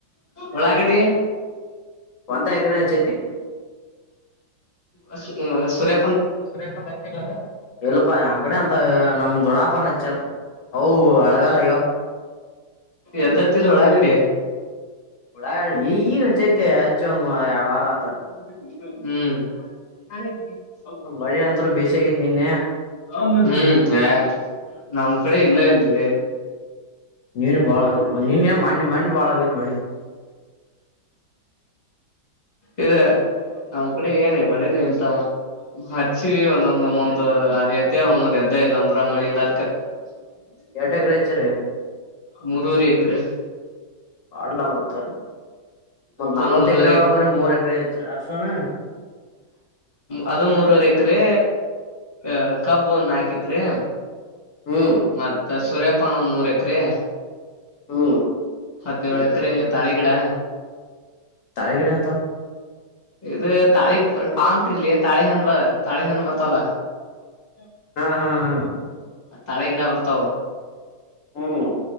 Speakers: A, on the left (about 35°); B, on the left (about 70°).
A: ಉಳಗಡ್ಡಿ.
B: ಒಂದ ಎಕ್ರ ಹಚ್ಚೈತಿ.
A: ಅ ಸು ಸೂರ್ಯ
B: <unintelligible> ಇಲ್ಲಪ್ಪಾ ನಮ್ಮ ಕಡೆ ಅಂತ ನಮ ದೊಡಾಪರ ಹಚ್ಚಾರ. ಅವ ಅಳಗಾಲ ಅಗ್ಯಾವ.
A: ಎದ್ದತ್ತಲಿ ಉಳಾಗಡ್ಡಿ.
B: ಉಳಾ ಈಗ ಹಚ್ಚೈತ ಹಚ್ಚ ಒಂದ ಯಾಡ ವಾರ ಆತ.
A: ಹ್ಮ.
B: ಮಳೆ ಅಂತ್ರು ಬೇಷ ಆಗತಿ ನಿನ್
A: ಹ್ಮ ಎ ನಮ್ಮ ಕಡೆ ಇಲ್ಲ ಇಲ್ಲೆ.
B: ನೀನು ಬಾಳ
A: ಹ್ಮ್ <unintelligible>
B: ಆಗೈತ್ ನಿನ್ನೆ ಮಣ್ಣಿ ಮಣ್ಣಿ ಬಾಳ ಆಗೈತ್ ಮಳಿ
A: ಇದ ನಮ್ಮ ಕಡೆ ಏನ ಮಳಿನ ಇಲ್ಲ ತಮ್ಮ. ಹಚ್ಚಿ ಒಂದೊಂದ ಒಂದೊಂದ ಎದ್ದ ಒಂದೊಂದ ಎದ್ದ ಇಲ್ಲ ಅಂದ್ರ ಮಳಿ ಇಲ್ಲಾರ್ಕ. <inaudible>
B: ಎಟ್ಟ ಏಕರಿ ಹಚ್ಚರೀ.
A: ಮೂರವರೇ ಎಕರೆ.
B: ಪಾಡ್ಲ ಮತ್ತ
A: ಅದು
B: ನಲ್ವತ್ತ
A: ಮೂರವರೆ
B: ಎಕರೆ ಒಳ
A: ಎಕ
B: ಬರ ಮೂರ್ ಎಕರೆ ಅಚ್ಚ ಅಷ್ಟನ.
A: ಅದು ಮೂರುವರೆ ಎಕ್ರೆ. ಅ ಕಬ್ಬ ಒಂದ ನಾಕ ಎಕ್ರಿ
B: ಹ್ಮ್
A: ಮತ್ತ ಸೂರ್ಯಾಪಾನ ಒಂದ ಮೂರ ಎಕ್ರಿ.
B: ಹ್ಮ್
A: ಹದ್ನೇಳ ಎಕ್ರೆ ತಾಳಿಗಿಡ.
B: ತಾಳಗಡ ಅಂತ
A: ಇದ ತಾಳಿ ಪಾಮಟಿರ್ಲಿ ತಾಳಿಹಣ್ಣ ತಾಳಿಹಣ್ಣ ಬರ್ತಲ್ಲ. <inaudible>
B: ಹಾ ಹಾ ಹಾ
A: ತಾಳ ಗಿಡ ಬರ್ತಾವ
B: ಹ್ಮ್